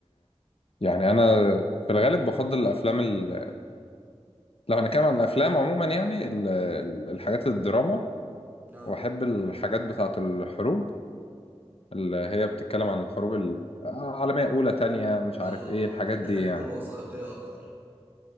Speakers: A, on the left; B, on the right.
A: يعني انا في الغالب بفضل الافلام ال... لو هنتكلم عن الافلام عموما يعني ال... ال- الحاجات الدراما
B: اه
A: واحب الحاجات بتاعة الحروب اللي هي بتتكلم عن الحروب العالمية اولى تانية مش عارف
B: اه
A: ايه الحاجات
B: اه بتحب
A: دي
B: الحاجات
A: يعني
B: الوثائقيه اكتر